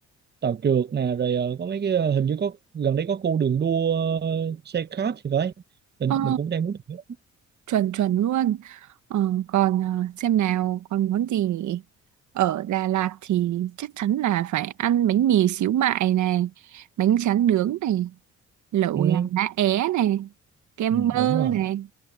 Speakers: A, on the right (about 35°); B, on the right (about 70°).
A: tàu trượt nè rồi ờ, có mấy cái ờ, hình như có gần đây có khu đường đua ờ, xe kart thì phải. Mình,
B: ờ
A: mình cũng đang muốn thử.
B: chuẩn chuẩn luôn ờ, còn à, xem nào còn món gì nhỉ? ở Đà Lạt thì chắc chắn là phải ăn bánh mì xíu mại này bánh tráng nướng này lẩu
A: Ừ,
B: gà lá é này kem
A: ừ,
B: bơ
A: đúng rồi.
B: này